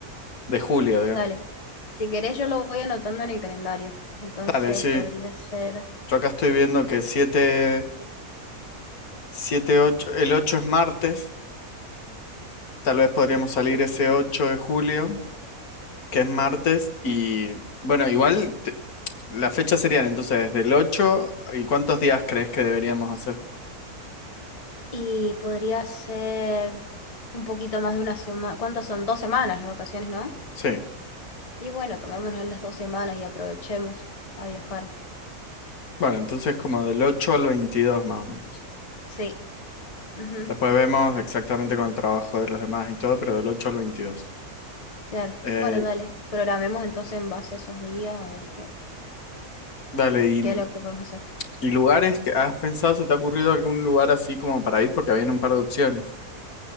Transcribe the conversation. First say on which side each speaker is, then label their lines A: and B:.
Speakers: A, on the left; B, on the left.
A: de julio, digamos.
B: Dale. Si querés, yo lo voy anotando en el calendario. Entonces
A: Dale, sí.
B: podría ser.
A: Yo acá estoy viendo que siete siete ocho el 8 es martes. Tal vez podríamos salir ese 8 de julio que es martes y bueno, igual te- las fechas serían entonces del ocho y ¿cuántos días crees que deberíamos hacer?
B: Y podría ser un poquito más de una semana. ¿Cuántas son? Dos semanas las vacaciones, ¿no?
A: Sí,
B: Y bueno, tomémonos las dos semanas y aprovechemos a viajar.
A: bueno, entonces como del ocho al 22 más o menos.
B: Sí. ujú,
A: Después vemos exactamente con el trabajo de los demás y todo, pero del 8 al veintidós
B: Claro.
A: Eh,
B: Bueno, dale. Programemos entonces en base a esos días a ver qué,
A: dale, y,
B: qué es lo que podemos hacer.
A: y lugares que has pensado, ¿se te ha ocurrido algún lugar así como para ir? Porque habían un par de opciones.